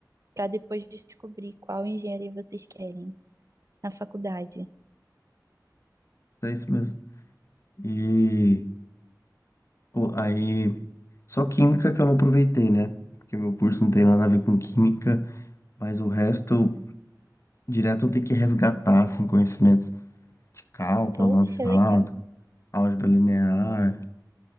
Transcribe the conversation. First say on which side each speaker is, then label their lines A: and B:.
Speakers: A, on the right; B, on the left.
A: para depois descobrir qual engenharia vocês querem na faculdade.
B: É isso mesmo. E pô, aí, só química que eu não aproveitei, né? Porque meu curso não tem nada a ver com química, mas o resto Direto eu tenho que resgatar assim, conhecimentos de cálculo
A: Poxa,
B: avançado,
A: legal.
B: álgebra linear,